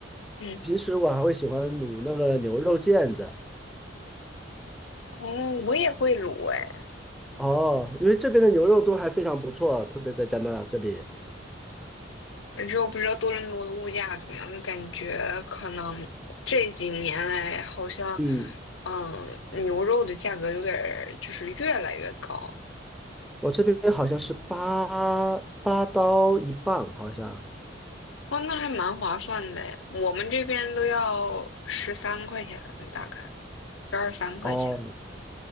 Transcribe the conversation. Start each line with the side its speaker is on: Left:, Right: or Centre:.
Left: 嗯，
Centre: 平时我还会喜欢卤那个牛肉腱子。
Left: 哦，我也会卤哎，
Centre: 哦，因为这边的牛肉都还非常不错，特别在加拿大这里。
Left: 可是我不知道多伦多的物价怎么样，感觉可能这几年来好像，
Centre: 嗯，
Left: 嗯，牛肉的价格有点儿就是越来越高。
Centre: 我这边好像是八八刀一磅，好像。
Left: 哦，那还蛮划算的哎我们这边都要十三块钱，大概十二三块钱。
Centre: 哦，